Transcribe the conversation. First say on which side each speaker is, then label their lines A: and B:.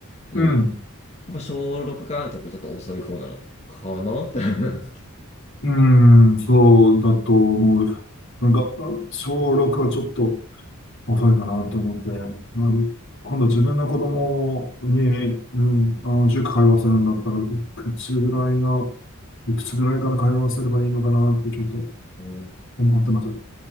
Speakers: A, on the left; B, on the left.
A: うん。
B: うん、
A: やっぱ小6からとかちょっと遅い方なのかなって。<laughs>
B: うん、そうだと思う。なんか、あ小6はちょっと、遅いかなと思って、なん今度自分の子供に、うん、あの、塾通わせるんだったら、いくつぐらいの、いくつぐらいから通わせればいいのかなってちょっと
A: うん。
B: 思ってます。